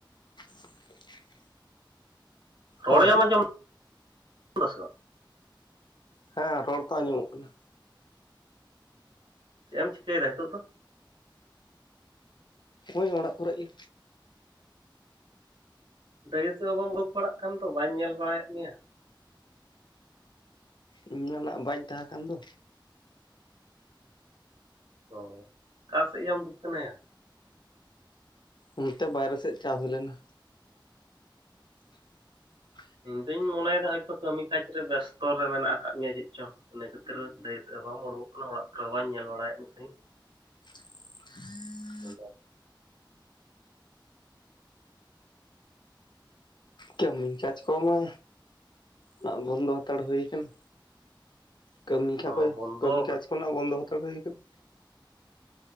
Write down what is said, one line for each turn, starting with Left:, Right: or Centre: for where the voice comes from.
Left: <inaudible>
Right: ᱨᱚᱲ
Left: ᱦᱮᱞᱳ
Right: ᱮᱢ ᱟᱸᱡᱚᱢ ᱫᱟ ᱥᱮ ᱵᱟᱝ?
Left: ᱦᱮᱸ ᱨᱚᱲ ᱛᱚ ᱟᱸᱡᱚᱢᱚᱜ ᱠᱟᱱᱟ᱾
Right: ᱪᱮᱜ ᱮᱢ ᱪᱤᱠᱟᱹᱭᱫᱟ ᱦᱤᱸᱛᱚᱜ ᱫᱚ?
Left: ᱳᱭ ᱚᱲᱟᱜ ᱠᱚᱨᱮ ᱜᱮ᱾
Right: ᱰᱟᱹᱦᱤ ᱥᱮᱜ ᱦᱚᱸ ᱵᱟᱢ ᱩᱰᱩᱠ ᱵᱟᱲᱟᱜ ᱠᱟᱱ ᱫᱚ ᱵᱟᱸᱧ ᱧᱮᱸᱞ ᱵᱟᱲᱟᱭᱮᱜ ᱢᱮᱭᱟ᱾
Left: ᱤᱧᱫᱚ ᱱᱟᱜ ᱵᱟᱹᱧ ᱛᱟᱦᱮᱸ ᱠᱟᱱ ᱫᱚ᱾
Right: ᱚ ᱚᱠᱟ ᱥᱮᱜ ᱭᱟᱢ ᱫᱩᱠᱟᱱᱟᱭᱟ?
Left: ᱚᱱᱛᱮ ᱵᱟᱭᱨᱮ ᱥᱮᱜ ᱪᱟᱣ ᱦᱩᱭ ᱞᱮᱱᱟ᱾ <inaudible>
Right: ᱤᱧ ᱫᱚᱧ ᱢᱚᱱᱮᱭᱫᱟ ᱦᱚᱭᱛᱚ ᱠᱟᱹᱢᱤ ᱠᱟᱡᱽ ᱨᱮ ᱵᱮᱥᱛᱚ ᱨᱮ ᱢᱮᱱᱟᱜ ᱠᱟᱜ ᱢᱮᱭᱟ ᱪᱮᱜ ᱪᱚ᱾ ᱤᱱᱟᱹ ᱠᱷᱟᱹᱛᱤᱨ ᱰᱟᱹᱦᱤ ᱥᱮᱜ ᱦᱚᱸ ᱵᱟᱢ ᱩᱰᱩᱠᱚᱜ ᱠᱟᱱᱟ, ᱚᱲᱟᱜ ᱠᱚᱨᱮᱦᱚᱸ ᱵᱟᱹᱧ ᱧᱮᱞ ᱵᱟᱲᱟᱭᱮᱜ ᱢᱮ ᱛᱟᱦᱮᱸᱜ᱾
Left: <inaudible>
Right: ᱱᱚᱸᱰᱮ
Left: ᱠᱟᱹᱢᱤ ᱠᱟᱡᱽ ᱠᱚᱢᱟ ᱱᱟᱜ ᱵᱚᱱᱫᱚ ᱦᱟᱛᱟᱲ ᱦᱩᱭ ᱠᱟᱱᱟ᱾ ᱠᱟᱹᱢᱤ ᱠᱟᱠᱚ
Right: ᱚ ᱵᱚᱱᱫᱚ
Left: ᱠᱟᱹᱢᱤ
Right: ᱟᱠᱟᱱᱟ
Left: ᱠᱟᱡᱽ ᱠᱚ ᱱᱟᱜ ᱵᱚᱱᱫᱚ ᱦᱟᱛᱟᱲ ᱦᱩᱭ ᱠᱟᱱᱟ᱾